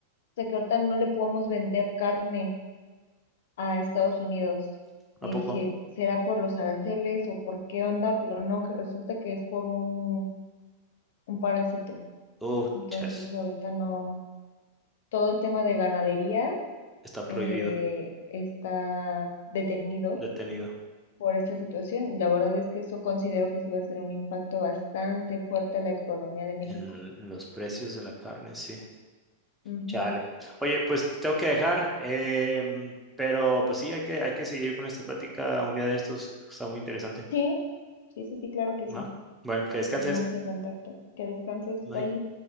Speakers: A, on the left; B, in the centre.
A: de que ahorita no le podemos vender carne a Estados Unidos
B: ¿a
A: y
B: poco?
A: dije, ¿será por los aranceles o por qué onda? Pero no, que resulta que es por un, un parásito.
B: Oh,
A: Entonces
B: chas,
A: ahorita no, todo el tema de ganadería
B: está prohibido,
A: eh, está detenido
B: detenido.
A: por esta situación. y La verdad es que eso considero que sí va a ser un impacto bastante fuerte a la economía de México.
B: En los precios de la carne, sí.
A: Ujú.
B: Chale. Oye, pues te tengo que dejar, eh, pero pues sí, hay que, hay que seguir con esta plática un día de estos. Está muy interesante.
A: Sí, sí, sí, sí, claro que
B: Ajá.
A: sí.
B: Bueno, que descanses.
A: Seguimos en contacto. Que descanses,
B: Bye.
A: bye.